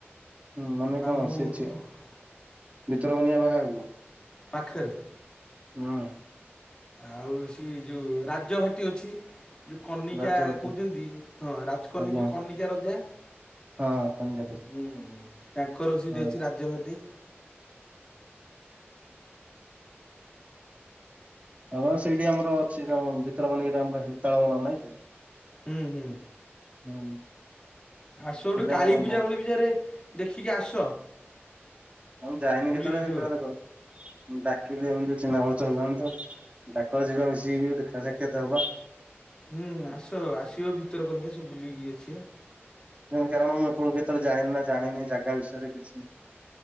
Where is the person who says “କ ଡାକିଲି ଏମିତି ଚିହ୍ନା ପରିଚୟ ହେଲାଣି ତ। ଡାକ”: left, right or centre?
Right